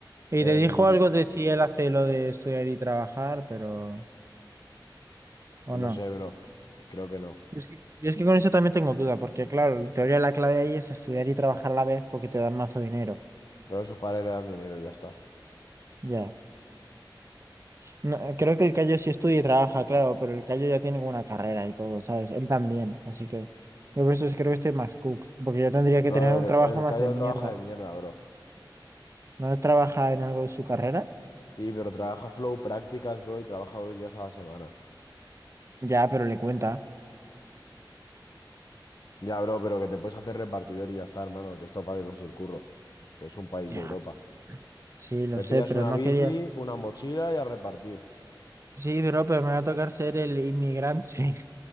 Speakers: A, on the right; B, on the left.
A: Y
B: Em,
A: te dijo algo de si él hace lo de estudiar y trabajar, pero... ¿O
B: no
A: no?
B: sé, bro, creo que no.
A: Es que, yo es que con eso también tengo duda, porque claro, en teoría la clave ahí es estudiar y trabajar a la vez porque te dan mazo dinero.
B: Creo que sus padres le dan dinero y ya está.
A: Ya. No, creo que el Cayo sí estudia y trabaja, claro, pero el Cayo ya tiene una carrera y todo, ¿sabes? Él también, así que yo por eso es- creo que estoy más cook, porque yo tendría
B: Brother,
A: que tener un trabajo
B: el
A: más
B: Cayo
A: de mierda.
B: trabaja de mierda, bro.
A: ¿No trabaja en algo de su carrera?
B: Sí, pero trabaja flow prácticas, bro, y trabaja dos días a la semana.
A: Ya, pero le cuenta.
B: Ya, bro, pero que te puedes hacer repartidor y ya está, hermano, que esto es fácil conseguir curro, que es un país
A: Ya,
B: de Europa.
A: sí, lo
B: Te
A: sé,
B: pillas
A: pero
B: una
A: no
B: bici,
A: quería.
B: una mochila y a repartir.
A: Sí, pero, pero me va a tocar ser el inmigrante.